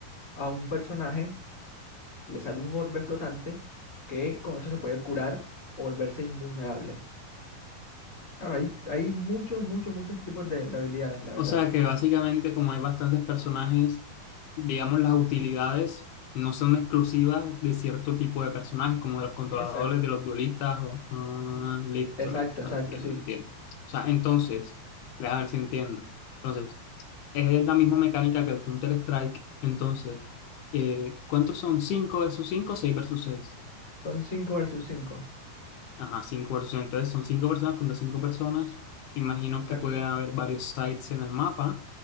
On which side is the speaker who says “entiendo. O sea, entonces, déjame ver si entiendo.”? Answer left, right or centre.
Left